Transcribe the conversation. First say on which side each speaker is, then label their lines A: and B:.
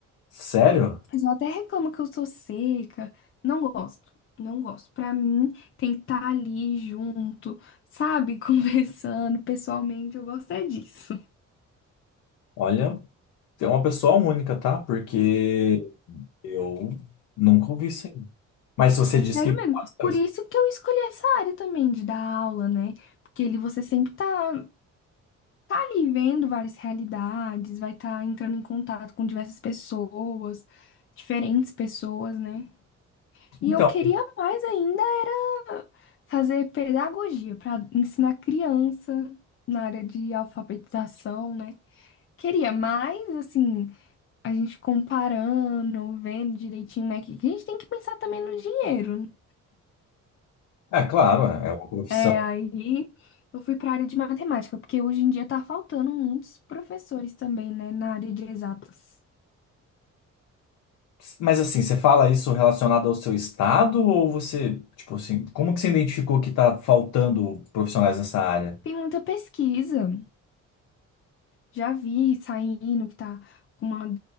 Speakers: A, on the left (about 85°); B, on the left (about 45°).
A: Sério?
B: O pessoal até reclama que eu sou seca. Não gosto. Não gosto. Pra mim, tem que estar ali junto, sabe? <laughs> Conversando pessoalmente. Eu gosto é disso.
A: Olha, você é uma pessoa única, tá? Porque eu nunca ouvi isso aí. Mas se você disse
B: Sério
A: que
B: mesmo.
A: gosta,
B: Por isso que eu escolhi essa área também de dar aula, né? Porque ele você sempre tá, tá ali vendo várias realidades, vai estar entrando em contato com diversas pessoas, diferentes pessoas, né? E
A: então,
B: eu queria mais ainda era fazer pedagogia para ensinar criança na área de alfabetização, né? Queria mais, assim, a gente comparando, vendo direitinho, né? Que que a gente tem que pensar também no dinheiro.
A: é claro, é uma profissão.
B: É, aí eu fui para a área de matemática, porque hoje em dia tá faltando muitos professores também, né, na área de exatas.
A: Mas assim, você fala isso relacionado ao seu estado ou você, tipo assim, como que você identificou que tá faltando profissionais nessa área?
B: Tem muita pesquisa. Já vi saindo que tá com uma